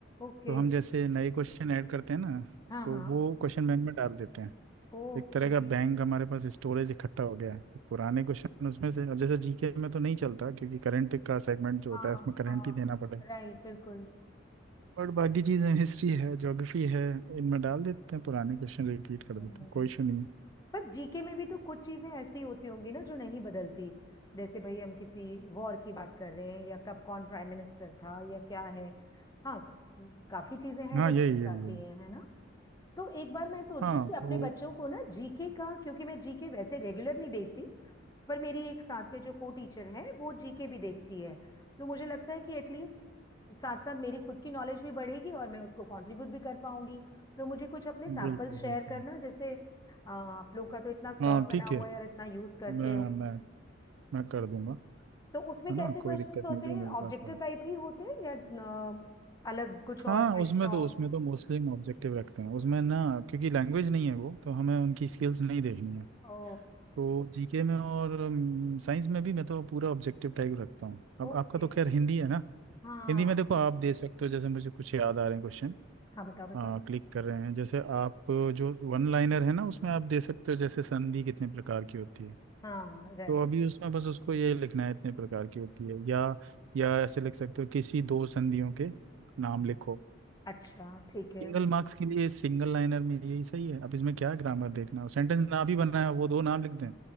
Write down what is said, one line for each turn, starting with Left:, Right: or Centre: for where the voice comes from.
Left: ओके
Right: तो हम जैसे नए क्वेश्चन ऐड करते हैं ना
Left: हाँ
Right: तो
Left: हाँ
Right: वो क्वेश्चन बैंक में डाल देते हैं
Left: ओके
Right: एक तरह का बैंक हमारे पास स्टोरेज इकट्ठा हो गया है तो पुराने क्वेश्चन उसमें से अब जैसे जीके में तो नहीं चलता क्योंकि करंट का सेगमेंट जो
Left: हाँ
Right: होता है उसमें करंट
Left: हाँ
Right: ही देना पड़ेगा
Left: राइट बिल्कुल
Right: और बाकी चीजें हिस्ट्री है ज्योग्राफी है इनमें डाल देते हैं पुराने क्वेश्चन रिपीट कर
Left: हम्म,
Right: देते हैं कोई इशू नहीं है
Left: पर जीके में भी तो कुछ चीजें ऐसी होती होंगी ना जो नहीं बदलती जैसे भाई हम किसी वॉर की बात कर रहे हैं या कब कौन प्राइम मिनिस्टर था या क्या है हाँ काफी चीजें हैं
Right: हाँ
Left: जो
Right: यही
Left: बदल जाती
Right: यही यही
Left: हैं है ना तो एक बार मैं सोच
Right: हाँ
Left: रही हूँ कि अपने
Right: तो
Left: बच्चों को ना जीके का क्योंकि मैं जीके वैसे रेगुलर नहीं देखती पर मेरी एक साथ में जो को टीचर है वो जीके भी देखती है तो मुझे लगता है कि एटलीस्ट साथ साथ मेरी खुद की नॉलेज भी बढ़ेगी और मैं उसको कंट्रीब्यूट भी कर पाऊंगी तो मुझे कुछ अपने सैंपल्स
Right: बिल्कुल
Left: शेयर
Right: बिल्कुल
Left: करना जैसे अ, आप लोग का तो इतना स्टॉक
Right: हाँ
Left: बना
Right: ठीक
Left: हुआ
Right: है
Left: है और इतना यूज करते
Right: मैं
Left: हो
Right: मैं मैं कर दूंगा
Left: तो उसमें
Right: है
Left: कैसे
Right: ना कोई
Left: क्वेश्चंस
Right: दिक्कत
Left: होते
Right: नहीं जो
Left: हैं
Right: मेरे
Left: ऑब्जेक्टिव
Right: पास पड़े
Left: टाइप ही होते हैं या अ, अलग कुछ और
Right: हाँ
Left: राइट
Right: उसमें
Left: रॉन्ग
Right: तो उसमें तो मोस्टली हम ऑब्जेक्टिव रखते हैं उसमें ना क्योंकि लैंग्वेज नहीं है वो तो हमें उनकी स्किल्स नहीं देखनी है
Left: ओ
Right: तो जीके में और साइंस में भी मैं तो पूरा ऑब्जेक्टिव टाइप रखता हूँ अब
Left: ओके
Right: आपका तो खैर हिंदी है ना
Left: हाँ
Right: हिंदी में देखो आप दे सकते हो जैसे मुझे कुछ याद आ रहे हैं क्वेश्चन
Left: हाँ बताओ बताओ
Right: क्लिक कर रहे हैं जैसे आप जो वन लाइनर है ना उसमें आप दे सकते हो जैसे संधि कितने प्रकार की होती है
Left: हाँ राइट
Right: तो अभी उसमें बस उसको ये लिखना है इतने प्रकार की होती है या या ऐसे लिख सकते हो किसी दो संधियों के नाम लिखो
Left: अच्छा ठीक है
Right: सिंगल मार्क्स के लिए सिंगल लाइनर में यही सही है अब इसमें क्या ग्रामर देखना हो सेंटेंस ना भी बनाया हो, वो दो नाम लिख दें